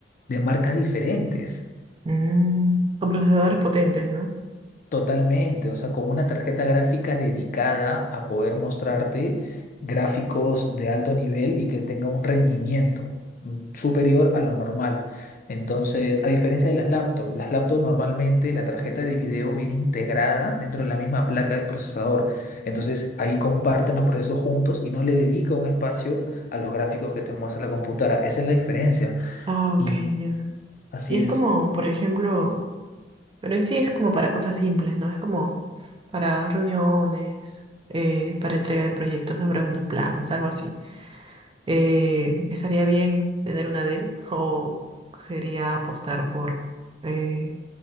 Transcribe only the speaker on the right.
Mm, Con procesadores potentes, ¿no?
Ah, ok,
entiendo.
Y es
como, por ejemplo, pero en sí es como para cosas simples, ¿no? Es como para reuniones, eh, para entrega de proyectos sobre unos planos, algo así. Eh, ¿estaría bien tener una Dell o sería apostar por eh,